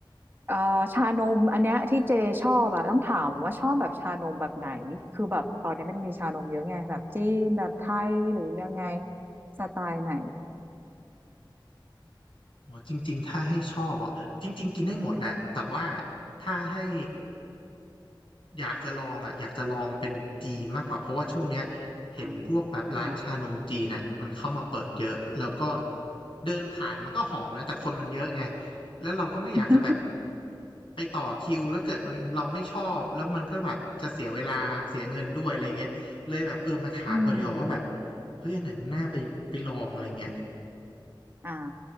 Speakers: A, on the right; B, on the left.
A: เอ่อชานมอันเนี้ยที่เจชอบอะต้องถามว่าชอบแบบชานมแบบไหนคือแบบตอนนี้มันมีชานมเยอะไงแบบจีนแบบไทยหรือยังไงสไตล์ไหน
B: อ๋อจริงๆถ้าให้ชอบอ่ะจริงๆกินได้หมดแหละแต่ว่าถ้าให้ อยากจะลองอ่ะอยากจะลองเป็นจีนมากกว่าเพราะว่าช่วงเนี้ยเห็นพวกแบบร้านชานมจีนอ่ะมันเข้ามาเปิดเยอะแล้วก็
A: อ่า
B: เดินผ่านมันก็หอมนะแต่คนมันเยอะไงแล้วเราก็ไม่อยากจะแบบ
A: <laughs>
B: ไปต่อคิวแล้วเกิดมันเราไม่ชอบแล้วมันก็แบบจะเสียเวลาเสียเงินด้วยอะไรเงี้ยเลยแบบเออมาถามก่อนดีกว่าว่าแบบ
A: อืม
B: เฮ้ยอันไหนมันน่าไปไปลองอะไรเงี้ย
A: อ่า